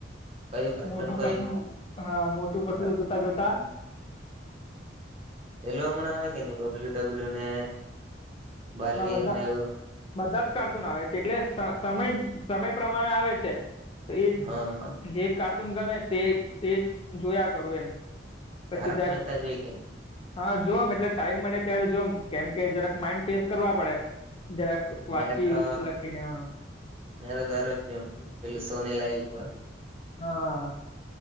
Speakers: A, on the right (about 35°); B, on the left (about 30°).
A: કયું કાર્ટૂન
B: મોટું
A: કયું?
B: પટલું હા મોટું
A: બરા
B: પટલું જો તા જો તા
A: હમણાં આવે કે ની બબલ્યુ ડબલ્યુ ને બાલવીર
B: હા બધા
A: નેવું?
B: બધા જ કાર્ટુન આવે છે, એટલે સ સમય સમય પ્રમાણે આવે છે, એ
A: હા
B: જે કાર્ટૂન ગમે તે તે જોયા કરું એમ પછી
A: તારક
B: જરાક
A: મહેતા જોઈ કે
B: હા જોમ એટલે ટાઈમ મળે ત્યારે જોમ કેમ કે જરાક માઇન્ડ ફ્રેશ કરવા પડે જરાક
A: મે
B: વાંચી
A: તો
B: લખીને હા
A: મે તો દરરોજ જોમ પેલુ સોની લાઈવ પર
B: અ